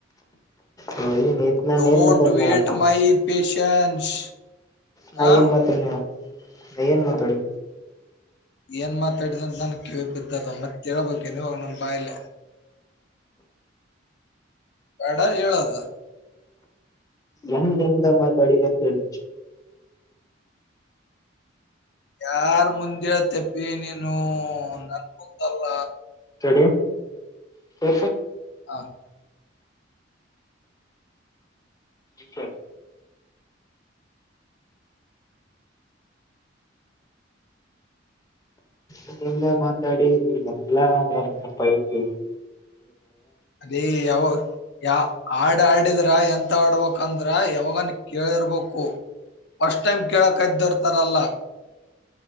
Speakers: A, on the left; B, on the left.
A: ಹಿ ನೀತ್ನ
B: ಡೋಂಟ್
A: ನೀೇ ಮತ್ರ ಮಪ್ಪ
B: ವೇಟ್ ಮೈ ಪೇಶನ್ಸ್
A: ನಾ
B: ಆ
A: ಏನ್ ಮಾತಾಡಿ ನೀ ನಾ ಏನ್ ಮಾತಾಡಿ
B: ಏನ್ ಮಾತಾಡಿದೆ ಅಂತ ನನ್ ಕಿವಿ ಬಿದ್ದದ ಮತ್ತೆ ಹೇಳ್ಬೇಕುನ್ವಾಗ ನನ್ ಬಾಯಲೆ ಬಡ ಹೇಳದು
A: ಎಂಗ ಜಂಗ ಮಾತಾಡಿರಂತಂತ
B: ಯಾರ್ ಮುಂದಿರ ತೆಪ್ಪಿ ನೀನು ನನ್ ಗೊತ್ತಲ್ಲ
A: ಸ
B: ಹಾ
A: ಸ ಇದ್ರಿಂದ ಮಾತಾಡಿ ಎಲ್ಲಾ ಐತಿ
B: ಅದೇ ಯಾವ ಯ ಆಡ ಆಡ್ ಆಡಿದ್ರ ಎಂತ ಆಡ್ಬೇಕಂದ್ರ ಯಾವಾಗನ್ ಕೇಳಿರ್ಬೇಕು ಫಸ್ಟ್ ಟೈಮ್ ಕೇಳ ಕದ್ದರ್ತಾರಲ್ಲ